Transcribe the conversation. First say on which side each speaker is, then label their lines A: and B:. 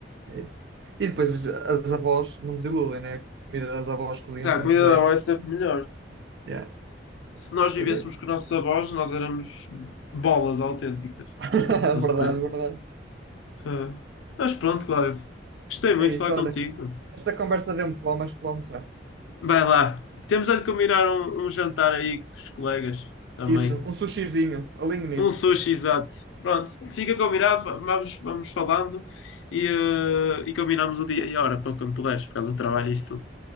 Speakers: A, on the right; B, on the left.
A: É isso. E depois as avós não desiludem, né? A comida das avós cozinham
B: Já,
A: sempre
B: a comida
A: bem.
B: da avó é sempre melhor.
A: Yeah,
B: Se nós
A: por
B: vivêssemos
A: isso.
B: com nossos avós, nós éramos bolas autênticas.
A: <laughs>
B: Eles
A: Verdade,
B: depois.
A: verdade.
B: ah. Mas pronto, Cláudio, gostei muito
A: É
B: de
A: isso,
B: falar contigo.
A: olha. Esta conversa deu-me fome, acho que vou almoçar.
B: Vai lá. Temos a de combinar um, um jantar aí com os colegas também.
A: Isso, um sushizinho, alinho nisso.
B: Um sushi, exato. Pronto, fica combinado. va- Vamos, vamos falando e, eh, e combinamos o dia e a hora para quando puderes, por causa do trabalho e isso tudo.